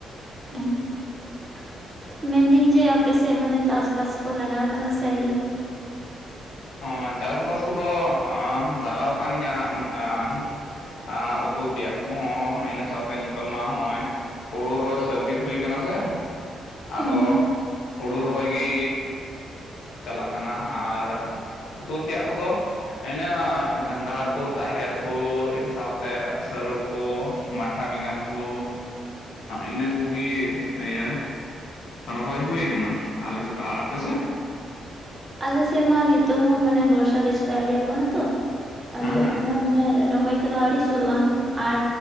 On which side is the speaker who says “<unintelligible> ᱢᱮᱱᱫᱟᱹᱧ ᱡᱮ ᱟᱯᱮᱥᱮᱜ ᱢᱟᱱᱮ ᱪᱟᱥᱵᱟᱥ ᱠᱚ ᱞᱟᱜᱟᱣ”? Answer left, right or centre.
Right